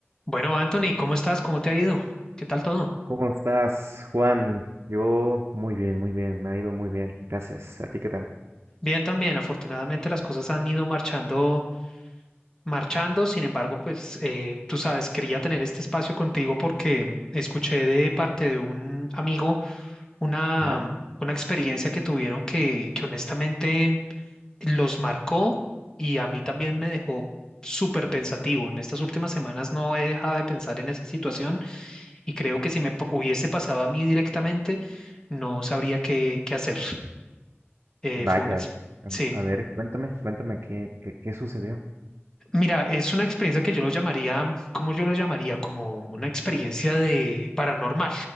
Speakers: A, on the left; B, on the right.
A: Bueno, Anthony, ¿cómo estás? ¿Cómo te ha ido? ¿Qué tal todo?
B: ¿Cómo estás, Juan? Yo muy bien, muy bien, me ha ido muy bien, gracias. ¿A ti qué tal?
A: Bien también, afortunadamente las cosas han ido marchando, marchando. Sin embargo, pues eh, tú sabes, quería tener este espacio contigo porque escuché de parte de un amigo una,
B: Ah,
A: una experiencia que tuvieron que, que honestamente los marcó y a mí también me dejó súper pensativo. En estas últimas semanas no he dejado de pensar en esa situación y creo que si me p- hubiese pasado a mí directamente, no sabría qué, qué hacer. Eh,
B: vaya.
A: fue una ex-
B: A
A: Sí,
B: a ver, cuéntame, cuéntame qué, qué, qué sucedió.
A: mira, es una experiencia que yo lo llamaría, ¿cómo yo lo llamaría? Como una experiencia de paranormal,